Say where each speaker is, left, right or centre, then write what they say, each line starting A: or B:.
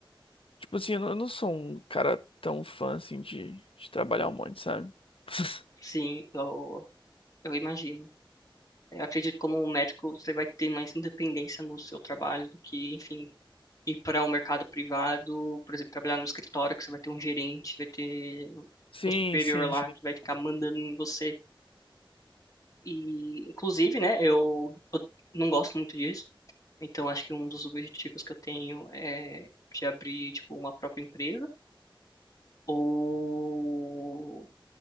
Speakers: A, on the left; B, on the left.
A: Tipo assim, eu não, eu não sou um cara tão fã assim de, de trabalhar um monte, sabe? <laughs>
B: sim, eu, eu imagino. Eu acredito que como um médico você vai ter mais independência no seu trabalho do que, enfim, ir para um mercado privado, por exemplo, trabalhar no escritório que você vai ter um gerente, vai ter
A: Sim,
B: um superior
A: sim,
B: lá
A: sim.
B: que vai ficar mandando em você. E, inclusive, né, eu eu não gosto muito disso Então, acho que um dos objetivos que eu tenho é de abrir, tipo, uma própria empresa ou...